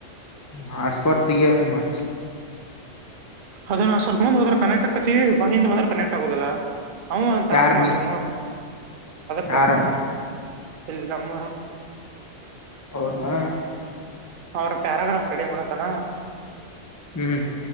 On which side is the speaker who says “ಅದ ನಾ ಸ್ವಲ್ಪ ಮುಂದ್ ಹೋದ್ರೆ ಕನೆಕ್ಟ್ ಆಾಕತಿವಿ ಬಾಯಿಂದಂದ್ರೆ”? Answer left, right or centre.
Right